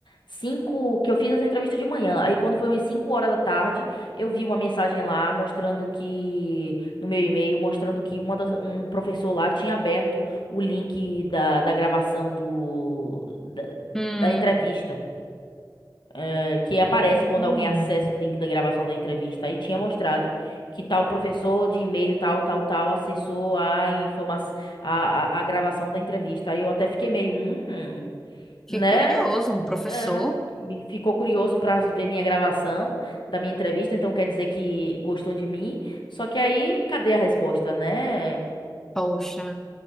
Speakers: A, on the left; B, in the centre.
A: cinco que eu fiz essa entrevista de manhã, aí quando foi umas 5 horas da tarde, eu vi uma mensagem lá mostrando que, no meu e-mail, mostrando que uma das- um professor lá tinha aberto o link da, da gravação do, da,
B: Hum,
A: da entrevista, eh, que aparece
B: hum.
A: quando alguém acessa o link da gravação da entrevista. Aí tinha mostrado que tal professor de e-mail, tal, tal, tal, acessou a informação, a, a, a gravação da entrevista. Aí eu até fiquei meio, hum
B: Que
A: né?
B: curioso, um professor.
A: É, me ficou curioso para ver minha gravação da minha entrevista, então quer dizer que gostou de mim. Só que aí, cadê a resposta, né?
B: Poxa.